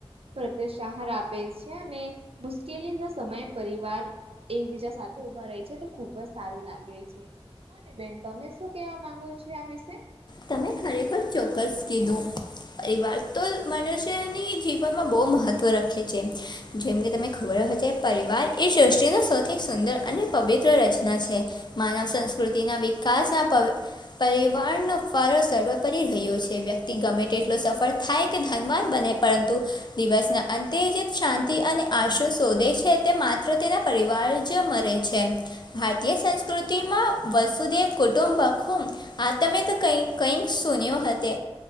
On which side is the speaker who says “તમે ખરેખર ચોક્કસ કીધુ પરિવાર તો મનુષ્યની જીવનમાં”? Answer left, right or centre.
Left